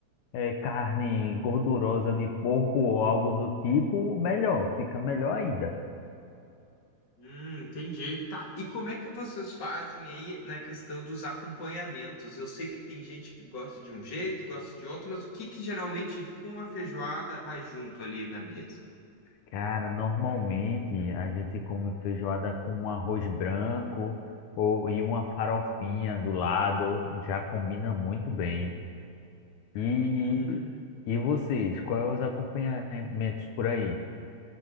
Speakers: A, on the left; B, on the left.
A: eh, carne gordurosa de porco ou algo do tipo, melhor, fica melhor ainda.
B: hum, entendi. Tá, e como é que vocês fazem aí na questão dos acompanhamentos? Eu sei que tem gente que gosta de um jeito, gosta de outro, mas o que que geralmente com a feijoada vai junto ali na mesa?
A: Cara, normalmente a gente come feijoada com um arroz branco ou, e uma farofinha do lado, já combina muito bem. E,
B: Hum.
A: e vocês, quais os acompanhamentos por aí?